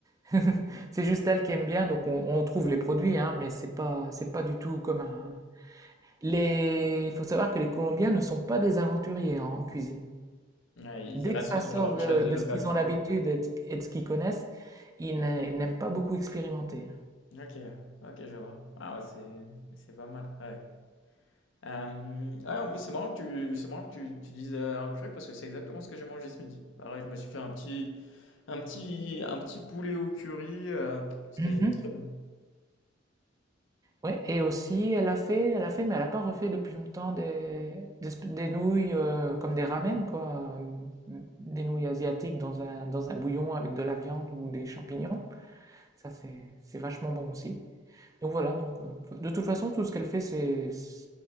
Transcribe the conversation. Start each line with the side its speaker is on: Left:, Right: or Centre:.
Right: <laughs> C'est juste elle qui aime bien, donc on, on trouve les produits, hein, mais c'est pas, c'est pas du tout commun. hein. Les, il faut savoir que les Colombiens ne sont pas des aventuriers hein, en cuisine.
Left: Ouais, ils
Right: Dès
Left: restent
Right: que ça
Left: sur
Right: sort
Left: leur
Right: de,
Left: chose
Right: de
Left: locale?
Right: ce qu'ils ont l'habitude et de, et de ce qu'ils connaissent, ils n'a- ils n'aiment pas beaucoup expérimenter.
Left: Ok, ok je vois. Ah ouais, c'est c'est pas mal. ouais. Euh, ouais, en plus, c'est marrant que tu, c'est marrant que tu, tu dises euh, un curry parce que c'est exactement ce que j'ai mangé ce midi. Pareil, je me suis fait un petit, un petit, un petit poulet au curry. euh, c'était
Right: Mhm.
Left: très bien.
Right: Ouais, et aussi, elle a fait, elle a fait, mais elle a pas refait depuis longtemps des, des, sp- des nouilles euh, comme des ramen, quoi. Des nouilles asiatiques dans un, dans un bouillon avec de la viande ou des champignons. Ça, c'est, c'est vachement bon aussi. Donc voilà, donc, euh, de toute façon, tout ce qu'elle fait, c'est, c'est-